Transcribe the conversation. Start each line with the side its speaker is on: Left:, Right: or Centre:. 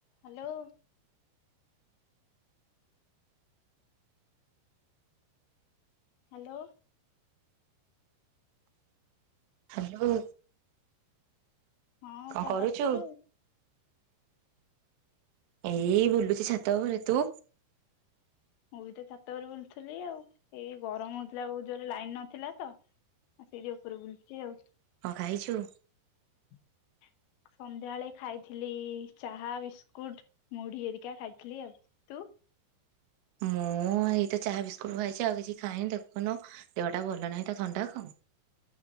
Left: Hello. Hello.
Right: Hello.
Left: ହଁ
Right: କଣ କରୁଚୁ?
Left: କରୁଥିଲୁ
Right: ଏଇ ବୁଲୁଚି ଛାତ ଉପରେ ତୁ?
Left: ମୁଁ ବି ତ ଛାତ ଉପରେ ବୁଲୁଥିଲି ଆଉ ଏଇ ଗରମ ହଉଥିଲା ବହୁତ ଜୋରେ ଲାଇନ ନଥିଲା ତ ଆଉ ସେଇଠି ଉପରେ ବୁଲୁଛି ଆଉ।
Right: କଁ ଖାଇଛୁ?
Left: <unintelligible> ସନ୍ଧ୍ୟାବେଳେ ଖାଇଥିଲି ଚାହା ବିସ୍କୁଟ ମୁଢି ଏରିକା ଖାଇଥିଲି ଆଉ ତୁ?
Right: ମୁଁ ମୁଁ ଏଇତ ଚାହା ବିସ୍କୁଟ ଖାଇଛି ଆଉ କିଛି ଖାଇନି ଦେଖୁନୁ ଦେହଟା ଭଲ ନାହିଁ ତ ଥଣ୍ଡା କୁ।